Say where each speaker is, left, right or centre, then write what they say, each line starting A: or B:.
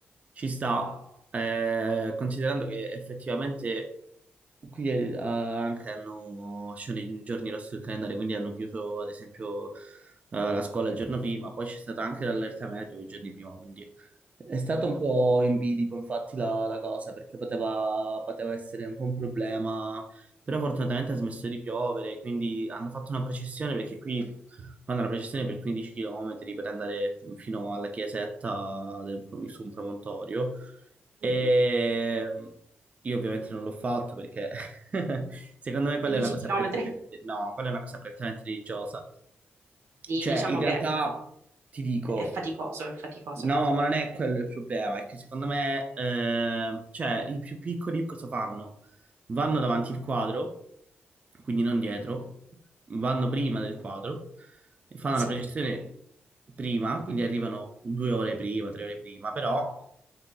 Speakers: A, on the right; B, on the right.
A: ci sta, eh, considerando che effettivamente qui eh, anche hanno sono i giorni rossi del calendario, quindi hanno chiuso ad esempio eh, la scuola il giorno prima, poi c'è stata anche l'allerta meteo i giorni prima, quindi è stato un po' in bilico, infatti, la, la cosa, perché poteva, poteva essere un po' un problema, però fortunatamente ha smesso di piovere, quindi hanno fatto una processione, perché qui fanno la processione per 15 km per andare fino alla chiesetta del- su un promontorio, e
B: Mhm.
A: io ovviamente non l'ho fatto perché <laughs> secondo me quella
B: 15
A: è una cosa
B: km.
A: prettamente, no, quella è una cosa prettamente religiosa,
B: Sì,
A: cioè,
B: diciamo
A: in realtà
B: che
A: ti dico,
B: è faticoso, è faticoso.
A: no, ma non è quello il problema, è che secondo me, eh, cioè, i più piccoli cosa fanno? Vanno davanti al quadro, quindi non dietro, vanno prima del quadro, e fanno
B: Sì,
A: la projezione prima, quindi arrivano due ore prima, tre ore prima, però